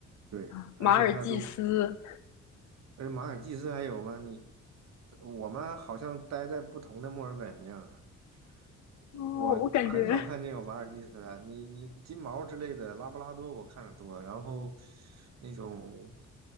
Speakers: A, on the right; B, on the left.
A: 对，
B: 啊马尔济斯。
A: 而且它都，哎，马尔济斯还有吗？你，我们好像待在不同的墨尔本一样。
B: 哦，
A: 我很少看见有马尔济斯的，
B: 我感觉
A: 你你金毛之类的，拉布拉多我看的多，然后那种